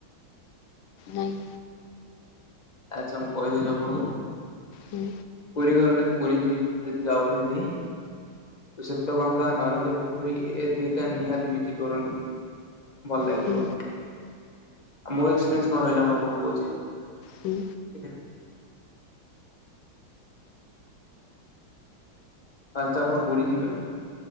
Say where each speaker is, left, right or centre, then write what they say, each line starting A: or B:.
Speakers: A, on the left; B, on the left.
A: ନାଇଁ।
B: ଆଚ୍ଛା ମୁଁ କହିଦଉଛି ଆପଣଙ୍କୁ
A: ହୁଁ।
B: ପୁରୀ ଗଲେ ପୁରୀ ଯି ଯଦି ଯାଉଛନ୍ତି। ଶ୍ଵେତଗଙ୍ଗା ନରେନ୍ଦ୍ର ପୋଖରୀ ଏ ଦିଇଟା ନିହାତି ଭିଜିଟ୍ କରନ୍ତୁ। ଭଲ ଲାଗିବ।
A: ହୁଁ
B: ମୋ ଏକ୍ସପିରିଏନ୍ସ କଣ ରହିଲା ମୁଁ ଆପଣଙ୍କୁ କହୁଛି।
A: ହୁଁ।
B: <unintelligible> ଫାଷ୍ଟ ଆପଣ ପୁରୀ ଯିବେ।